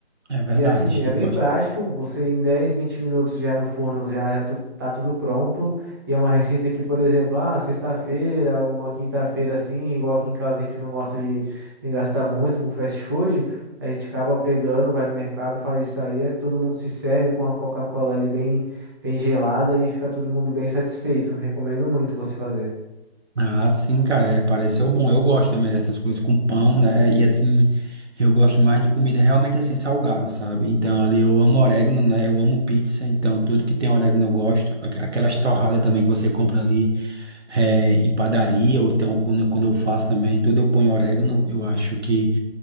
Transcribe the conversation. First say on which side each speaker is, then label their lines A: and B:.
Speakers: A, on the right (about 75°); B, on the right (about 20°).
A: é verdade.
B: E assim, é
A: Eu
B: bem
A: gosto.
B: prático, você em 10, 20 minutos já no forno já, já tu- tá tudo pronto. E é uma receita que, por exemplo, ah, sexta-feira ou uma quinta-feira assim, igual aqui em casa a gente não gosta de, de gastar muito com fast food, a gente acaba pegando, vai no mercado, faz isso aí, aí todo mundo se serve com a Coca-Cola ali bem, bem gelada e fica todo mundo bem satisfeito. Recomendo muito você fazer.
A: Ah, sim, cara, é, pareceu bom. Eu gosto também dessas coisas com pão, né? E assim, eu gosto mais de comida realmente assim, salgada, sabe? Então, ali eu amo orégano, né? Eu amo pizza, então tudo que tem orégano eu gosto. Aqu- Aquelas torradas também que você compra ali é, em padaria, ou então quando, quando eu faço também, tudo eu ponho orégano. Eu acho que